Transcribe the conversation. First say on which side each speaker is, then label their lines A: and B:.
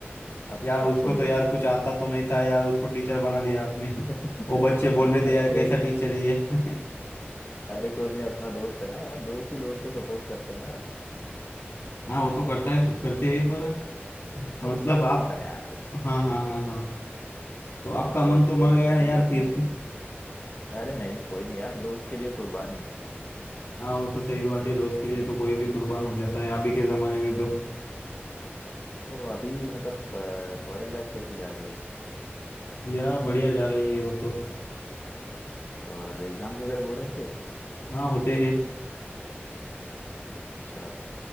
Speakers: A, on the left (about 50°); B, on the left (about 65°).
A: अब
B: यार
A: सब
B: उसको
A: थोड़ी
B: तो
A: बन
B: यार
A: सकते
B: कुछ आता
A: हैं
B: तो नहीं था यार उसको टीचर बना दिया आपने
A: <laughs>
B: वो बच्चे बोल रहे
A: अरे
B: थे यार कैसा
A: कोई नहीं
B: टीचर है ये <laughs>
A: अरे कोई नहीं अपना दोस्त है ना यार दोस्त ही दोस्त को सपोर्ट करते हैं ना
B: हाँ वो तो करता है करते हैं पर मतलब
A: अब उसका मन
B: आप
A: था यार
B: हाँ हाँ हाँ हाँ तो आपका
A: तो
B: मन तो मर
A: दोस्त
B: गया
A: का
B: ना
A: दिल
B: यार
A: रखने
B: फिर
A: के लिए अरे नहीं कोई नहीं यार दोस्त के लिए कुर्बानी
B: हाँ वो
A: <laughs>
B: तो सही बात है दोस्त
A: तो
B: के लिए तो कोई भी कुर्बान हो जाता है अभी के जमाने में तो
A: तो अभी मतलब कॉलेज लाइफ कैसी जा रही है
B: यार बढ़िया जा रही है वो तो
A: और एग्जाम्स वगैरह हो रहे हैं क्या
B: हाँ होते हैं
A: अच्छा